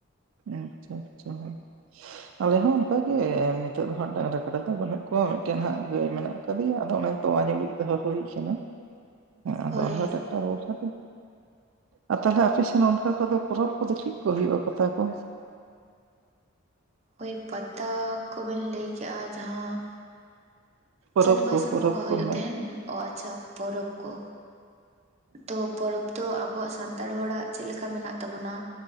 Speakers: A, on the right (about 75°); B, on the right (about 30°).
A: ᱟᱪᱷᱟ ᱟᱪᱷᱟ ᱦᱚᱭ ᱟᱞᱮ ᱦᱚᱸ ᱚᱱᱠᱟᱜ ᱜᱮ ᱱᱤᱛᱳᱜ ᱫᱚ ᱦᱟᱸᱜ ᱰᱟᱝᱨᱟ ᱠᱟᱰᱟ ᱫᱚ ᱵᱟᱹᱱᱩᱜ ᱠᱚᱣᱟ, ᱢᱤᱫᱴᱮᱱ ᱦᱟᱸᱜ ᱜᱟᱹᱭ ᱢᱮᱱᱟᱜ ᱠᱟᱫᱮᱭᱟ ᱟᱫᱚ ᱚᱱᱮ ᱛᱳᱣᱟ ᱧᱩ ᱞᱟᱹᱜᱤᱫ ᱫᱚᱦᱚ ᱦᱩᱭ ᱠᱟᱱᱟᱹ ᱟᱫᱚ
B: ᱦᱳᱭ
A: ᱟᱞᱮᱦᱚᱸ ᱴᱨᱟᱠᱴᱟᱨ ᱵᱷᱚᱨᱥᱟ ᱟᱨ ᱛᱟᱦᱚᱞᱮ ᱟᱯᱮᱥᱮᱱ ᱚᱱᱠᱟ ᱠᱚᱫᱚ ᱯᱚᱨᱚᱵᱽ ᱠᱚᱫᱚ ᱪᱮᱫ ᱠᱚ ᱦᱩᱭᱩᱜᱼᱟ ᱯᱟᱛᱟ ᱠᱚ?
B: ᱳᱭ ᱯᱟᱛᱟ ᱠᱚᱵᱮᱱ ᱞᱟᱹᱭ ᱠᱮᱜᱼᱟ ᱡᱟᱦᱟᱸ
A: ᱯᱚᱨᱚᱵᱽ
B: ᱪᱟᱹᱛ ᱵᱟᱹᱭᱥᱟᱹᱠᱷ
A: ᱠᱚ ᱯᱚᱨᱚᱵᱽ
B: ᱵᱚᱸᱜᱟ ᱦᱩᱭᱩᱜ
A: ᱠᱚ ᱢᱮᱱ
B: ᱛᱟᱦᱮᱱ, ᱚᱹ ᱟᱪᱷᱟ ᱯᱚᱨᱚᱵᱽ ᱠᱚ ᱛᱚ ᱯᱚᱨᱚᱵᱽ ᱫᱚ ᱟᱵᱚᱣᱟᱜ ᱥᱟᱱᱛᱟᱲ ᱦᱚᱲᱟᱜ ᱪᱮᱫ ᱞᱮᱠᱟ ᱢᱮᱱᱟᱜ ᱛᱟᱵᱚᱱᱟ᱾